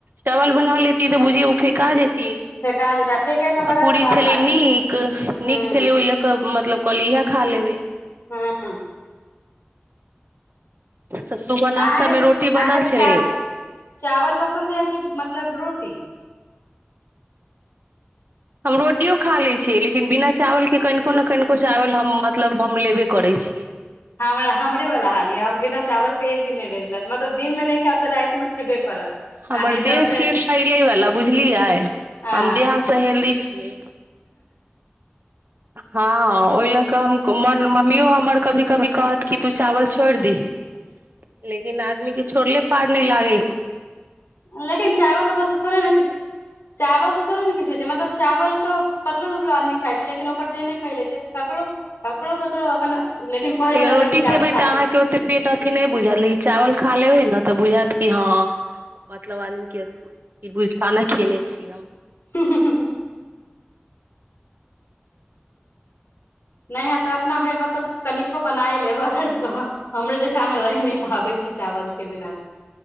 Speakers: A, on the right (about 55°); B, on the left (about 80°).
A: चावल बना लेती तऽ बुझी ओ फेेका जे तिए
B: फेका जेतै फेकै मे बड़ा
A: आ पूरी
B: खराब
A: छलै
B: लागै
A: नीक
B: छै हूं
A: नीक छलै ओय ले के मतलब कहलिए इहे तै।
B: हां।
A: तऽ सुबह नाश्ता
B: अहाँके अहाँके
A: मे रोटी बनल छलै
B: चा चावल पसन्द यऽ कि मतलब रोटी?
A: हम रोटियों खा लै छियै लेकिन बिना चावलके कनिको ने कनिको चावल हम मतलब हम लेबे करै छीयै।
B: हमरा हमरे वला हाल यऽ हम बिना चावलके एक दिन नै रहिले मतलब दिनमे नै खायब तऽ रातमे खेबे करब।
A: हमर
B: आ नहि
A: देह
B: तऽ फेर
A: छियै फैलैवला बुझलियै
B: आ
A: हम देह हाथ से हेल्दी छियै। हां ओएला। कम क मन मम्मियो हमर कभी कभी कहत कि तू चावल छोड़ दीही लेकिन आदमीके छोड़ले पार नै लागै हय।
B: लेकिन चावल उवल से थोड़े ने किछ चावल से थोड़े नै किछ होय छै मतलब चावल तऽ पतलो दुबलो आदमी खाइ छै लेकिन ओकर देह नै फैलै छै ककरो, ककरो ककरो अपन कहै
A: लेकिन
B: वला
A: रोटी
B: कहै छै चावल
A: खेबै
B: खाती
A: तऽ अहाँके ओते पेट अथी नै बुझाएत लेकिन चावल खा लेबै नै तऽ बुझाएत कि हां मतलब आदमी के ई <unintelligible> खाना खेने छी हम
B: <inaudible> नै हैत तऽ अपना भैर मतलब कनिको बनाए लेब अगर ह ह हमरो जकाँ अहाँ रह नै पाबै छी चावलके बिना तऽ